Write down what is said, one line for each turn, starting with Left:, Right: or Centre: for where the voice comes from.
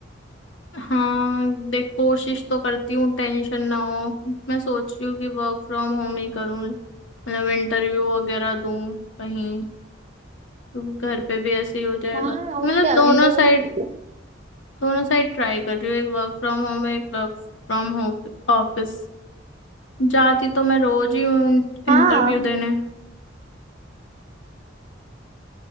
Left: हाँ देख कोशिश तो करती हूँ टेंशन ना हो मैं सोच रही हूँ कि वर्क फ्रॉम होम ही करूँ मतलब इंटरव्यू वगैरह दूँ कहीं क्योंकि घर पे भी ऐसे ही हो जाएगा
Right: हाँ
Left: मतलब
Right: और क्या
Left: दोनों
Right: इंटरव्यू
Left: साइड
Right: वगैरह।
Left: दोनों साइड ट्राई कर रही हूँ एक वर्क फ्रॉम होम एक वर्क फ्रॉम होम ऑफिस जाती तो मैं रोज ही हूँ इंटरव्यू
Right: हाँ
Left: देने